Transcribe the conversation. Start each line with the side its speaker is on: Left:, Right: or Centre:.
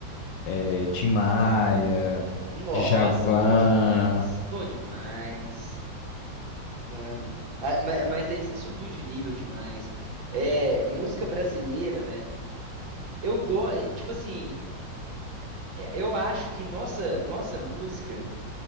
Left: é, Tim Maia,
Right: Nossa,
Left: Djavan.
Right: bom demais. Bom demais. Não. Ah, ma- mas aí você subiu de nível demais. É, música brasileira, velho. Eu gosto, tipo assim, é, eu acho que nossa, nossa música,